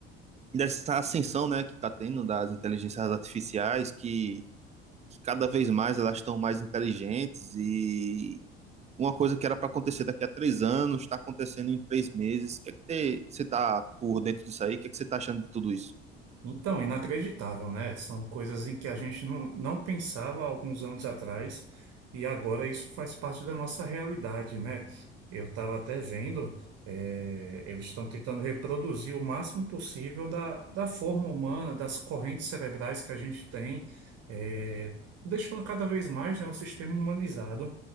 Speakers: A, on the right; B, on the right.
A: dessa ascensão, né, que tá tendo das inteligências artificiais que, que cada vez mais elas estão mais inteligentes e uma coisa que era pra acontecer daqui a três anos está acontecendo em três meses. O que é que você você tá por dentro disso aí? O que é que você tá achando de tudo isso?
B: Então, inacreditável, né? São coisas em que a gente não, não pensava há alguns anos atrás e agora isso faz parte da nossa realidade, né? Eu estava até vendo, eh, eles estão tentando reproduzir o máximo possível da, da forma humana, das correntes cerebrais que a gente tem, eh, deixando cada vez mais, né, o sistema humanizado.